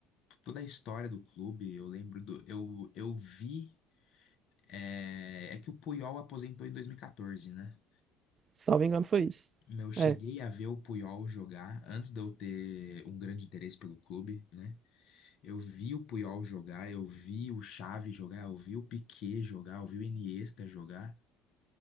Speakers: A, on the left; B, on the right.
A: toda a história do clube. Eu lembro do. Eu, eu vi. É, é que o Puyol aposentou em 2014, né?
B: Salvo engano, foi isso.
A: Não cheguei
B: é
A: a ver o Puyol jogar antes de eu ter um grande interesse pelo clube, né? Eu vi o Puyol jogar, eu vi o Xavi jogar, eu vi o Piqué jogar, eu vi o Iniesta jogar.